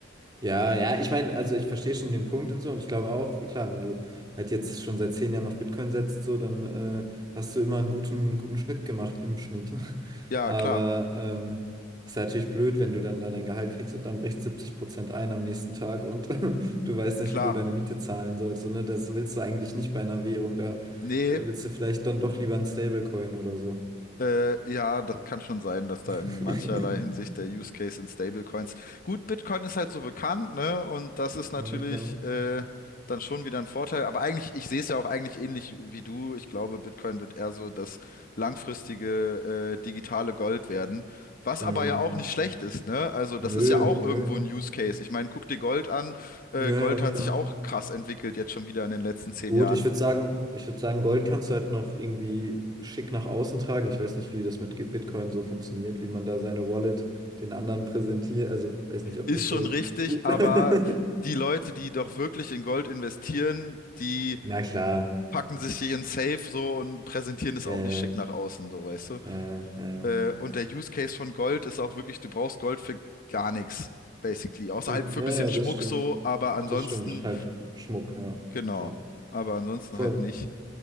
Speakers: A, on the right (about 20°); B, on the left (about 45°).
A: ja, ja, ich meine, also ich verstehe schon den Punkt und so und ich glaube auch, klar, wenn du halt jetzt schon seit zehn Jahren auf Bitcoin setzt, so, dann äh, hast du immer einen guten, guten Schnitt gemacht im Schnitt. <laughs>
B: ja,
A: Aber
B: klar,
A: ähm, ist natürlich blöd, wenn du dann da dein Gehalt kriegst und dann bricht 70% ein am nächsten Tag und <laughs> du weißt nicht,
B: klar.
A: wie du deine Miete zahlen sollst. So, ne? Das willst du eigentlich nicht bei einer Währung. Da
B: Nee,
A: äh, willst du vielleicht dann doch lieber einen Stablecoin oder so.
B: Äh, ja, das kann schon sein, dass da
A: <laughs>
B: in mancherlei Hinsicht der Use Case in Stablecoins. Gut, Bitcoin ist halt so bekannt, ne? Und das ist
A: Ja,
B: natürlich
A: klar.
B: äh, dann schon wieder ein Vorteil. Aber eigentlich, ich sehe es ja auch eigentlich ähnlich wie du. Ich glaube, Bitcoin wird eher so das langfristige äh, digitale Gold werden. Was
A: Hm,
B: aber ja auch nicht schlecht ist, ne? Also, das
A: nö,
B: ist ja auch
A: nö.
B: irgendwo ein Use Case. Ich meine, guck dir Gold an. Äh,
A: Ja,
B: Gold
A: ja,
B: hat
A: klar.
B: sich auch krass entwickelt, jetzt schon wieder in den letzten zehn
A: Gut,
B: Jahren.
A: ich würde sagen, ich würde sagen, Gold kannst du halt noch irgendwie schick nach außen tragen. Ich weiß nicht, wie das mit Ge- Bitcoin so funktioniert, wie man da seine Wallet den anderen präsentiert. Also, weiß nicht, ob
B: Ist
A: das
B: schon
A: so
B: richtig,
A: gut.
B: aber
A: <laughs>
B: die Leute, die doch wirklich in Gold investieren, die
A: Na klar.
B: packen sich hier in Safe so und präsentieren es
A: Ja,
B: auch nicht
A: ja,
B: schick nach außen, so weißt du.
A: ja, ja, ja. Ja,
B: Äh, und der Use Case von Gold ist auch wirklich, du brauchst Gold für gar nichts, basically. Außer
A: Hm,
B: halt für
A: ja,
B: ein bisschen
A: ja,
B: Schmuck
A: das stimmt.
B: so, aber
A: Das
B: ansonsten,
A: stimmt. Halt Schmuck, ja,
B: genau.
A: klar.
B: Aber ansonsten
A: Voll.
B: halt nicht.